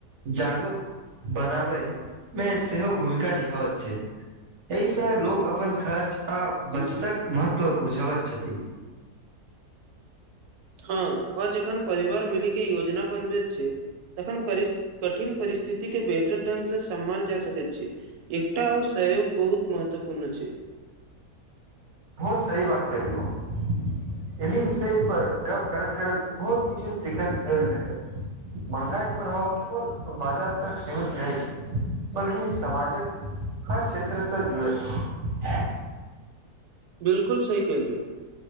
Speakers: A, on the right; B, on the right.
A: जागरूक बनाबै मे सेहो भूमिका निभाबैत छै एहिसँ लोक अपन खर्च आ बचतक महत्व बुझबैत छथिन
B: हँ आ जखन परिवार मिली के योजना बनबैत छै तखन कठिन परिस्थिति के बेहतर ढंग से सम्भाल जा सकैत छै एकटा ओ सहयोग बहुत महत्वपूर्ण छै
A: बहुत सही बात कहलू हँ एहि विषयपर गप्प करैत करैत बहुत किछु सीखत फेर भेटल महगाई के प्रभाव केवल बाजार तक सीमित नहि छै बल्कि समाजक हर क्षेत्रसँ जुड़ैत छै
B: बिलकुल सही कहलि